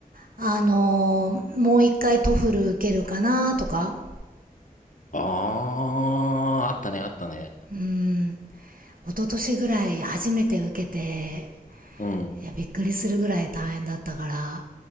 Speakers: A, on the right (about 65°); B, on the left (about 55°).
A: あ、あのーもう一回トフル受けるかな、とか。
B: あー、あったね、あったね。
A: うん。一昨年ぐらい初めて受けて、
B: うん。
A: いや、びっくりするぐらい大変だったから、